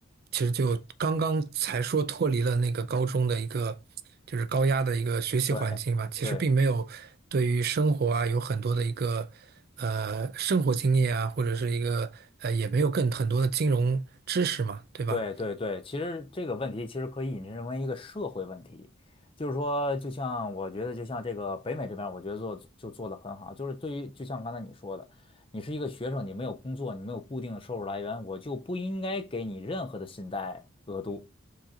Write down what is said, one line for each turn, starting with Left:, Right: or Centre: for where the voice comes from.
Right: 其实就刚刚才说脱离了那个高中的一个就是高压的一个学习环境吧，
Left: 对对
Right: 其实并没有对于生活啊有很多的一个呃生活经验啊，或者是一个呃也没有更很多的金融知识嘛，对吧？
Left: 对对对，其实这个问题其实可以引申为一个社会问题，就是说，就像我觉得，就像这个北美这边儿我觉得做就做得很好，就是对于就像刚才你说的，你是一个学生，你没有工作，你没有固定的收入来源，我就不应该给你任何的信贷额度，